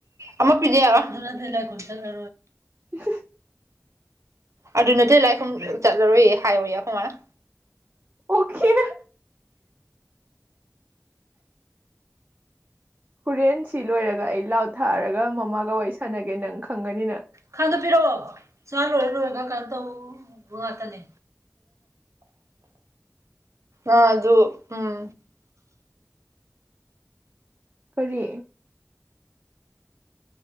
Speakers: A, on the right; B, on the right.
A: ꯑꯃ ꯄꯤꯖꯦ ꯑꯋꯥꯗꯨꯅ ꯊ ꯂꯩ ꯈ ꯆꯔꯦ
B: ꯎ
A: ꯑꯗꯨ ꯅꯠꯇꯦ ꯂꯥꯏꯈꯨꯝ ꯆꯠꯂꯔꯣꯏꯌꯦ ꯍꯥꯏꯌꯣ ꯌꯥ ꯀꯃꯥꯏꯅ
B: ꯑꯣ ꯈꯔ ꯍꯣꯔꯦꯟꯁꯤ ꯂꯣꯏꯔꯒ ꯑꯩ ꯂꯥꯎ ꯊꯛꯔꯒ ꯃꯃꯥꯒ ꯋꯥꯔꯤ ꯁꯥꯟꯅꯒꯦ ꯅꯪ ꯈꯪꯒꯅꯤꯅ
A: ꯈꯟꯗꯣꯛꯄꯤꯔꯛꯑꯣ ꯁꯥ ꯂꯣꯏꯔ ꯂꯣꯏꯔꯒ ꯀꯩꯅꯣ ꯇꯧꯕ ꯉꯥꯛꯇꯅꯦ ꯑ ꯑꯗꯨ ꯑꯗꯨ ꯎꯝ
B: ꯀꯔꯤ